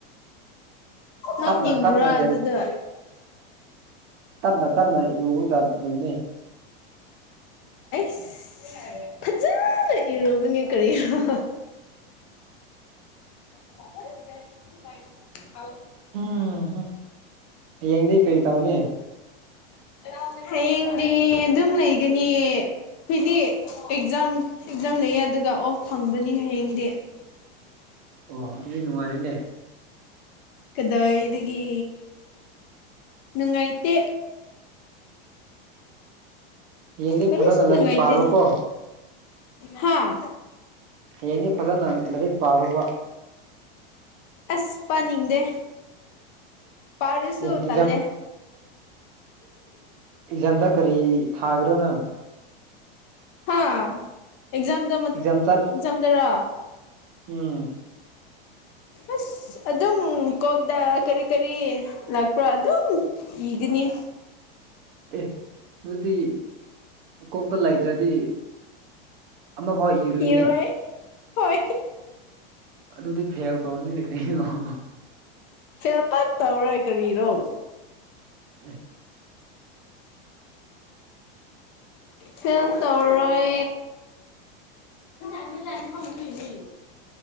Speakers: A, on the right (about 65°); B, on the left (about 35°).
A: ꯇꯞꯅ
B: ꯅꯣꯛꯅꯤꯡꯕ꯭ꯔꯥ
A: ꯇꯞꯅꯒꯦꯟ
B: ꯑꯗꯨꯗ
A: ꯇꯞꯅ ꯇꯞꯅ ꯏꯔꯨꯗꯕꯗꯨꯕꯅꯤ
B: ꯑꯩꯁ ꯐꯖꯅ ꯏꯔꯨꯕꯅꯤ ꯀꯔꯤꯣ <inaudible> ꯦꯁ
A: ꯎꯝ ꯍꯌꯦꯡꯗꯤ ꯀꯔꯤ ꯇꯧꯅꯤ
B: ꯥꯎ ꯍꯌꯦꯡꯗꯤ ꯑꯗꯨꯝ ꯂꯩꯒꯅꯤ ꯑꯩꯈꯣꯏꯗꯤ ꯑꯦꯛꯖꯥꯝ ꯑꯦꯛꯖꯥꯝ ꯂꯩꯌꯦ ꯑꯗꯨꯒ ꯑꯣꯐ ꯐꯪꯕꯅꯤ ꯍꯌꯦꯡꯗꯤ
A: ꯑꯣ ꯑꯗꯨꯗꯤ ꯅꯨꯡꯉꯥꯏꯔꯦꯅꯦ
B: ꯀꯗꯥꯏꯗꯒꯤ ꯉꯩꯇ
A: ꯍꯌꯦꯡꯗꯤ
B: ꯈꯔꯣ
A: ꯐꯖꯅ
B: ꯁꯣꯅ
A: ꯂꯥꯏꯔꯤꯛ
B: ꯉ
A: ꯄꯥꯔꯣꯀꯣ
B: ꯏꯇꯦꯗ ꯍꯥꯥ
A: ꯍꯌꯦꯡꯗꯤ ꯐꯖꯅ ꯂꯥꯏꯔꯤꯛ ꯄꯥꯔꯨꯕ
B: ꯑꯁ ꯄꯥꯅꯤꯡꯗꯦ ꯄꯔꯁꯨꯣ
A: ꯑꯦ ꯑꯦꯛꯖꯥꯝ
B: ꯇꯜꯦ
A: ꯑꯦꯛꯖꯥꯝꯗ ꯀꯔꯤ ꯊꯥꯈꯔꯣꯅꯪ
B: ꯍꯥꯥ ꯑꯦꯛꯖꯝꯗ ꯑꯦꯛꯖꯝꯗꯔ
A: ꯑꯦꯛꯖꯥꯝ ꯆꯠ ꯎꯝ
B: ꯑꯁ ꯑꯗꯨꯝ ꯀꯣꯛꯗ ꯀꯔꯤ ꯀꯔꯤ ꯂꯥꯛꯄ꯭ꯔꯥ ꯑꯗꯨꯝ ꯏꯒꯅꯤ
A: ꯑꯦ ꯑꯗꯨꯗꯤ ꯀꯣꯛꯇ ꯂꯩꯇ꯭ꯔꯗꯤ ꯑꯃꯐꯥꯎ ꯏꯔꯣꯏꯏꯅꯦ
B: ꯏꯔꯣꯏ ꯍꯣꯏ
A: ꯑꯗꯨꯗꯤ ꯐꯦꯜ ꯇꯧꯔꯅꯤꯅꯦ ꯀꯔꯤꯅꯣꯅꯣ
B: ꯐꯦꯜ ꯄꯠ ꯇꯧꯔꯣꯏ ꯀꯔꯤꯔꯣ
A: ꯎꯝ
B: ꯐꯦꯜ ꯇꯔꯣꯏ ꯌꯥꯝ ꯌꯥꯅꯤ ꯃꯃ ꯂꯩ